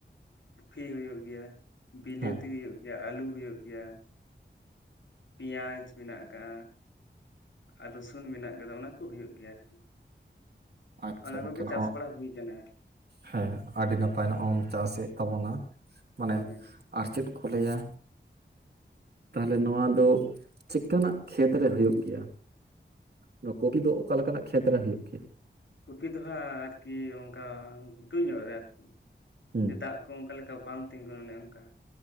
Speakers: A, on the left; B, on the right.
A: ᱠᱚᱯᱷᱤ ᱦᱩᱭᱩᱜ ᱜᱮᱭᱟ ᱵᱤᱞᱟᱹᱛᱤ
B: ᱦᱮᱸ
A: ᱦᱩᱭᱩᱜ ᱜᱮᱭᱟ ᱟᱹᱞᱩ ᱦᱩᱭᱩᱜ ᱜᱮᱭᱟ ᱯᱮᱭᱟᱡᱽ ᱢᱮᱱᱟᱜ ᱠᱟᱜᱼᱟ ᱟᱨ ᱨᱟᱥᱩᱱ ᱢᱮᱱᱟᱜ ᱟᱠᱟᱫᱟ ᱚᱱᱟ ᱠᱚ ᱦᱩᱭᱩᱜ ᱜᱮᱭᱟ ᱟᱨᱠᱤ᱾
B: ᱟᱪᱪᱷᱟ
A: ᱚᱱᱟ
B: ᱜᱚᱝᱠᱮ
A: ᱠᱚᱜᱮ
B: ᱱᱚᱜ
A: ᱪᱟᱥ ᱵᱟᱲᱟ ᱦᱩᱭ ᱠᱟᱱᱟ ᱟᱨᱠᱤ᱾
B: ᱦᱮᱸ ᱟᱹᱰᱤ ᱱᱟᱯᱟᱭ ᱧᱚᱜ ᱮᱢ ᱪᱟᱥᱮᱫ ᱛᱟᱵᱚᱱᱟ ᱢᱟᱱᱮ
A: ᱦᱳᱭ
B: ᱟᱨ ᱪᱮᱫ ᱠᱚ ᱞᱟᱹᱭᱟ ᱛᱟᱦᱚᱞᱮ ᱱᱚᱣᱟ ᱫᱚ ᱪᱮᱠᱟᱱᱟᱜ ᱠᱷᱮᱛ ᱨᱮ ᱦᱩᱭᱩᱜ ᱜᱮᱭᱟ? ᱱᱚᱣᱟ ᱠᱚᱯᱤ ᱫᱚ ᱚᱠᱟ ᱞᱮᱠᱟᱱᱟᱜ ᱠᱷᱮᱛᱨᱮ ᱦᱩᱭᱩᱜ ᱜᱮᱭᱟ?
A: ᱠᱚᱯᱤ ᱫᱚ ᱦᱟᱜ ᱟᱨᱠᱤ ᱚᱱᱠᱟ ᱜᱷᱩᱴᱩ ᱧᱚᱜ ᱨᱮ ᱟᱨᱠᱤ
B: ᱦᱩᱸ
A: ᱥᱮ ᱫᱟᱜ ᱚᱱᱠᱟ ᱞᱮᱠᱟ ᱵᱟᱝ ᱛᱤᱜᱩᱱᱟ ᱚᱱᱮ ᱚᱱᱠᱟ